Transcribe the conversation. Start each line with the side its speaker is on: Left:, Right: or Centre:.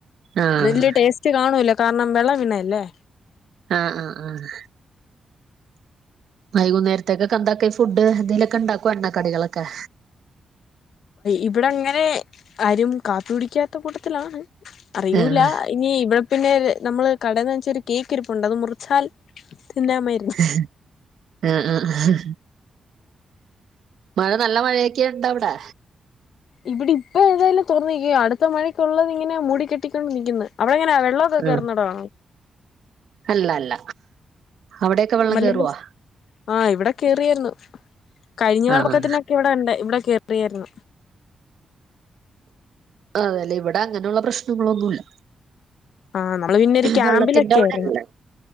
Right: ആഹ്
Left: ഇതിന്റെ ടേസ്റ്റ് കാണൂല്ല. കാര്ണം വിെള വിണെ അല്ലേ
Right: ആഹ് ആഹ് ആഹ് വൈകുന്നേരത്തെക്കൊക്കെ എന്താക്ക ഫുഡ്. എന്തതിലൊക്കെ ഇണ്ടാക്കൊ എണ്ണ കടികളൊക്കെ.
Left: ഇവിടെ അങ്ങനെ ആരും കാത്തു പിടിക്കാത്ത കൂട്ടത്തിലാണ് അറിയൂല്ല.
Right: ആഹ്
Left: ഇനി ഇവടെ പിന്നെ നമ്മള് കടന്ന് വെച്ചെരു കേക്ക് ഇരിപ്പുണ്ട് അത് മുറിച്ചാൽ തിന്നാൻ മെ
Right: ഉം ഉം ആഹ് ആഹ് മഴ നല്ല മഴയൊക്കെ ഉണ്ട് അവിടെ
Left: ഇവിടി ഇപ്പ ഏതായാലും തുറന്നക്ക അടുത്ത മഴയ്ക്കള്ളത് ഇങ്ങെനെ മൂടി കെട്ടിക്കൊണ്ട് നിക്കുന്ന് അവടെ എങ്ങനെ ഉള്ളത്
Right: ആഹ്
Left: കേറ്നടാ
Right: അല്ല അല്ല അവിടെയൊക്കെ വെള്ളം
Left: മല്ല്ല്ല്
Right: കേറുവോ
Left: ആഹ് ഇവിടെ കേറിയാര്ന്ന് കഴിഞ്ഞ വെള്ളപൊക്കത്തിന്നൊക്കെ
Right: ആഹ്
Left: ഇവിടെ ണ്ട് ഇവിടെ കേ പ്രിയാറിയാര്ന്നു
Right: ആഹ് അതെലേ ഇവിടെ അങ്ങനൊള്ള പ്രശ്നങ്ങളൊന്നുംല്ല
Left: ആഹ് നമ്മള് പിന്നെ ഒരു ക്യാമ്പിലൊക്കെ
Right: വെള്ളത്തിന്റെ ഔടെണ്ട്
Left: ആയിരുന്നു